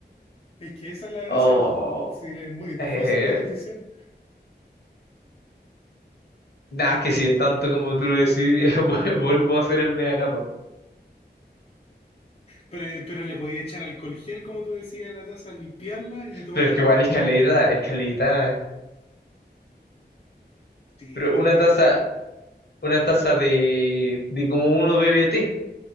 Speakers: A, on the left; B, on the left.
A: Es que esa es la gracia,
B: Oh,
A: pues. Sí, es muy es
B: eh,
A: difícil la decisión.
B: nada, que si es tanto como tú lo decís, <laughs> vu- vuelvo a ser el mega gato.
A: Pero, pero le podía echar alcohol gel, como tú decías, a la taza, limpiarla y tomar
B: Pero
A: el
B: es que
A: agua.
B: igual escalerita, escalerita.
A: Sí,
B: Pero
A: pero
B: una
A: no
B: taza,
A: es.
B: una taza de, de como uno BBT,